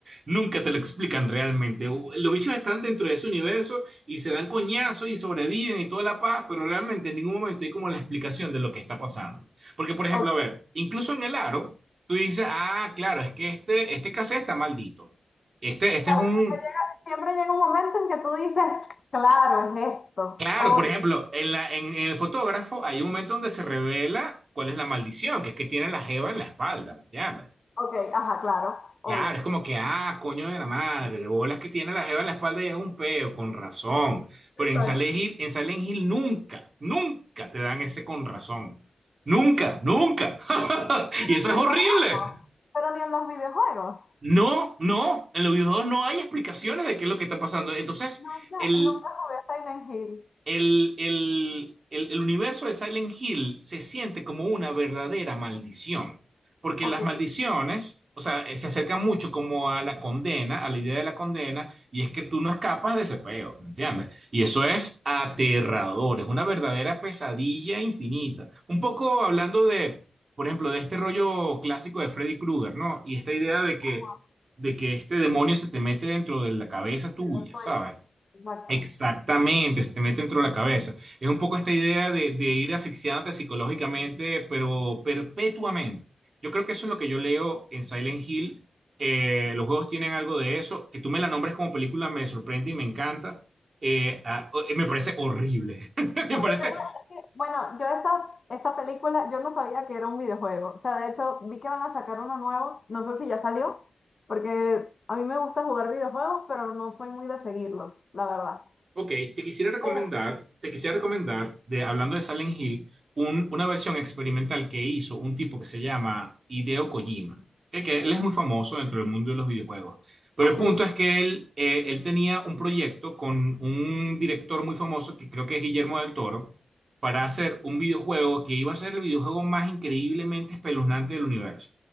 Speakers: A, on the right (about 45°); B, on the left (about 45°).
A: Nunca te lo explican realmente. U- Los bichos están dentro de ese universo y se dan coñazos y sobreviven y toda la paz, pero realmente en ningún momento hay como la explicación de lo que está pasando. Porque, por ejemplo,
B: ok,
A: a ver,
B: ok.
A: incluso en el aro. Tú dices, ah, claro, es que este, este cassette está maldito. Este, este
B: Claro,
A: es un...
B: siempre llega, siempre llega un momento en que tú dices, claro, es esto.
A: Claro,
B: Obvio.
A: por ejemplo, en la, en, en el fotógrafo hay un momento donde se revela cuál es la maldición, que es que tiene la jeva en la espalda, ¿me entiendes?
B: Ok, ajá, claro, obvio.
A: Claro, es como que, ah, coño de la madre, de bolas que tiene la jeva en la espalda y es un peo, con razón. Pero
B: Exacto.
A: en Silent Hill, en Silent Hill nunca, nunca te dan ese con razón. Nunca, nunca. <laughs>
B: Pero
A: Y eso
B: ni
A: es horrible.
B: en los juegos, pero ni en los videojuegos.
A: No, no, en los videojuegos no hay explicaciones de qué es lo que está pasando. Entonces,
B: Nunca,
A: el,
B: nunca jugué Silent Hill.
A: el, el, el- el universo de Silent Hill se siente como una verdadera maldición, porque
B: Ok,
A: las maldiciones, o sea, eh, se acercan mucho como a la condena, a la idea de la condena, y es que tú no escapas de ese peo, ¿me entiendes? Y eso es aterrador, es una verdadera pesadilla infinita. Un poco hablando de, por ejemplo, de este rollo clásico de Freddy Krueger, ¿no? Y esta idea de que,
B: ajá,
A: de que este demonio se te mete dentro de la cabeza tuya,
B: de los sueños.
A: ¿sabes?
B: Exacto.
A: Exactamente, se te mete dentro de la cabeza. Es un poco esta idea de, de ir asfixiándote psicológicamente, pero perpetuamente. Yo creo que eso es lo que yo leo en Silent Hill. Eh, los juegos tienen algo de eso. Que tú me la nombres como película me sorprende y me encanta. Eh, ah, o- me parece horrible. <laughs> Me
B: Es
A: parece
B: que yo, no- es que, bueno, yo esa, esa película, yo no sabía que era un videojuego. O sea, de hecho, vi que van a sacar uno nuevo, no sé si ya salió, porque a mí me gusta jugar videojuegos, pero no soy muy de seguirlos, la verdad.
A: Ok, te quisiera recomendar,
B: Eh,
A: te quisiera recomendar, de, hablando de Silent Hill, un- una versión experimental que hizo un tipo que se llama Hideo Kojima, que, que él es muy famoso dentro del mundo de los videojuegos. Pero
B: ok,
A: el punto es que él, eh, él tenía un proyecto con un director muy famoso, que creo que es Guillermo del Toro, para hacer un videojuego que iba a ser el videojuego más increíblemente espeluznante del universo.